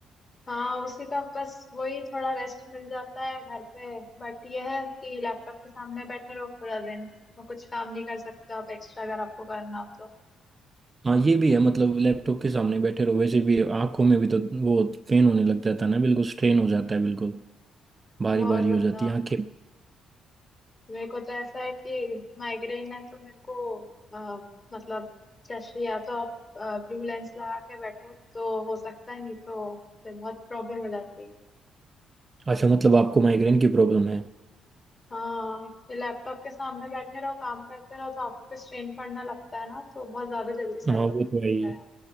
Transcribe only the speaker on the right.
हाँ ये भी है मतलब लैपटॉप के सामने बैठे रहो वैसे भी आंखों में भी तो वो पेन होने लग जाता है ना बिल्कुल स्ट्रेन हो जाता है बिल्कुल भारी
भारी
हो जाती है आंखें
अच्छा मतलब आपको माइग्रेन की प्रॉब्लम है
हाँ
वो
तो है ही